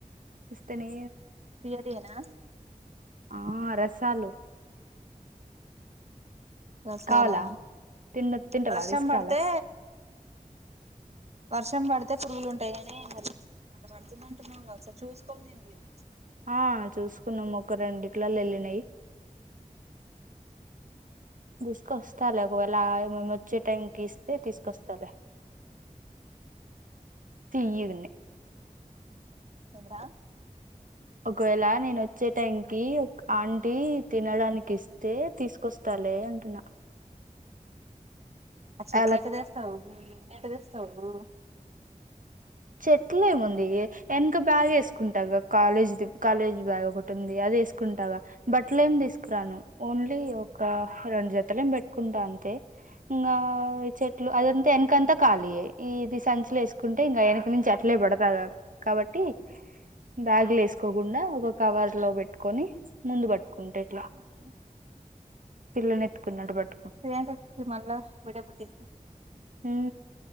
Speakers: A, on the right; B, on the right.
A: ఇస్తనే
B: తియ్యటియేనా
A: ఆ రసాలుు
B: రసాలా
A: కావాలా తిన్న తింటవా
B: వర్షం
A: తీసుకురాలా
B: పడితే వర్షం పడితే పురుగులు ఉంటాయి గానీ మరిడ పడుతుంది అంటున్నా కస చూసుకోనిండి మీరు
A: ఆ చూసుకున్నాము ఒక రెండిట్లలు వెళ్ళినాయి తీసుకొస్తాలి ఒకవేళ మే వచ్చే టైంకి ఇస్తే తీసుకొస్తాలే తియ్యగున్నాయి
B: ఏదిరా
A: ఒకవేళ నేను వచ్చే టైం కి ఒక ఆంటీ తినడానికి ఇస్తే తీసుకొస్తారు లే అంటున్న
B: <inaudible> ఆ చెట్ల
A: అలా
B: ఎట్ట తెస్తావు ఎన్నిట తెస్తావు
A: చెట్లేముంది వెనక బ్యాగ్ వేసుకుంటా కాలేజ్ కాలేజ్ బ్యాగ్ ఒకటి ఉంది అదే తీసుకుంటాగా బట్టలు ఏమి తీసుకురాను ఓన్లీ ఒక రెండు జతలేం పెట్టుకుంటా అంతే ఇంకా చెట్లు అదంతా వెనకంతాఖాాలీ ఈ ఇది సంచలో వసు ఉంటే ఇంకా వెనక నుంచి అట్లే పడతాద కాబట్టి బ్యాగు్లు వేసుకోకుండా ఒక కవర్ లో పెట్టుకొని ముందు పట్టుకుంటే ఇట్లా
B: మ్
A: పిల్లనెత్తుకున్నాడు బట్
B: ప్ర మల్ళ బడబటి
A: హ